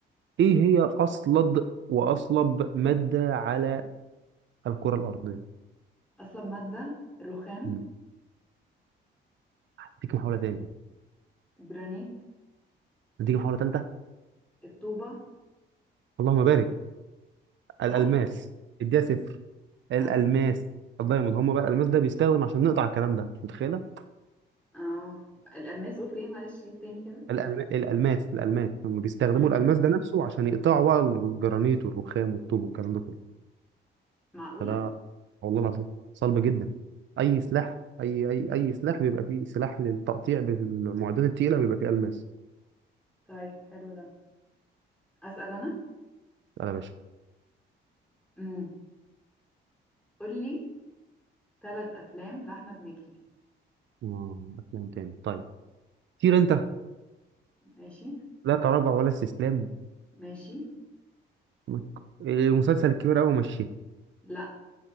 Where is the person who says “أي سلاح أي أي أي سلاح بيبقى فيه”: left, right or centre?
Right